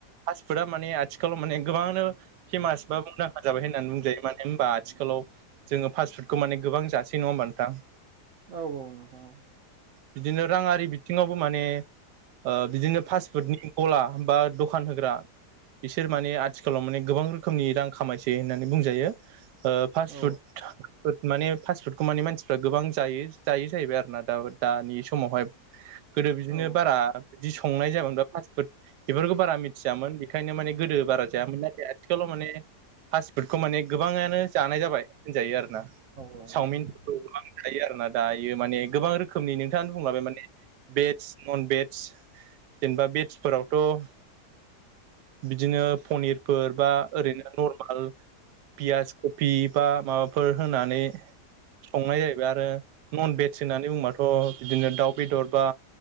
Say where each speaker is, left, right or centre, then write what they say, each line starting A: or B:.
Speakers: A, on the right; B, on the right.
A: फासपुट आ माने आथिखालाव गोबाङानो फेमास बा मुंदांखा जाबाय होननानै बुंजायो मानो होनबा आथिखाल आथिखालाव जोङो फास्ट फुडखौ माने गोबां जासै नङा होमबा नोंथां?
B: औ औ नोंथां औ।
A: बिदिनो राङारि बिथिङावबो माने बिदिनो फास फुडनि गला बा दखान होग्रा बिसोर माने आथिखालाव माने गोबां रोखोमनि रां खामायसै होननानै बुंजायो। फास्ट
B: औ
A: फुड फुद माने फास्टफुडखौ माने मानसिफ्रा गोबां जायो जायो जाहैबाय आरो ना दा दानि समावहाय। गोदो बिदिनो
B: औ
A: बारा बिदि संनाय जायामोन बा फास्ट फुद बेफोरखौ बारा मिथियामोन बेखायनो माने गोदो बारा जायामोन नथाय आथिखालाव माने फास्ट फुदखौ माने गोबाङानो जानाय जाबाय होनजायो आरो
B: औ नोंथां
A: चावमिनफोरखौ थायो आरो ना दायो माने गोबां रोखोमनि नोंथाङानो बुंलाबाय माने भेज नन भेेज जेनेबा भेजफोरावथ' बिदिनो पनिरफोर बा ओरैनो नर्माल पियास कफि बा माबाफोर होनानै संनाय जाहैबाय आरो नन भेज होननानै बुंबाथ' बिदिनो दाउ बेदर बा